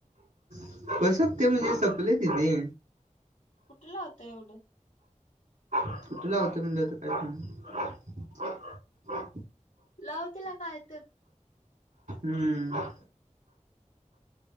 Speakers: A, on the right; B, on the left.
A: कसं सपतय म्हणजे सपलंय दीदे.
B: कुठं लावतोय एवढं?
A: कुठं लावतोय म्हणाल्यावर आता काय ब <unintelligible>
B: लावतेला काय तर.
A: हम्म.